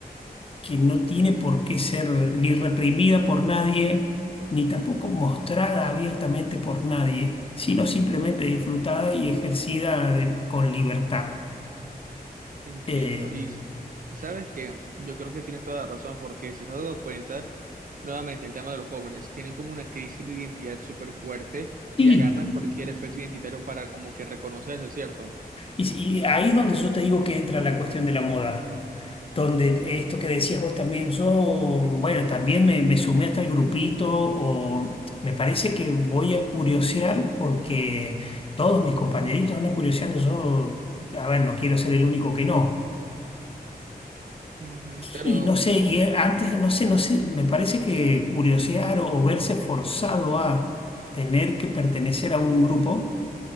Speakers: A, on the left; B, on the right.
A: que no tiene por qué ser ni reprimida por nadie, ni tampoco mostrada abiertamente por nadie, sino simplemente disfrutada y ejercida de- con libertad.
B: entiendo.
A: Eh,
B: Y s- sabes que yo creo que tienes toda la razón, porque si te has dado cuenta, nuevamente el tema de los jóvenes, tienen como una crisis de identidad súper fuerte
A: y,
B: y agarran cualquier efecto identitario para como que reconocerse, ¿cierto?
A: y- y ahí es donde yo te digo que entra la cuestión de la moda. Donde esto que decías vos también, yo, bueno, también me, me sumé a tal grupito, o me parece que voy a curiosear porque todos mis compañeritos andan curioseando. Yo, a ver, no quiero ser el único que no.
B: Ujú, Pero
A: Y no sé,
B: no.
A: y eh, antes, no sé, no sé, me parece que curiosear o, o verse forzado a tener que pertenecer a un grupo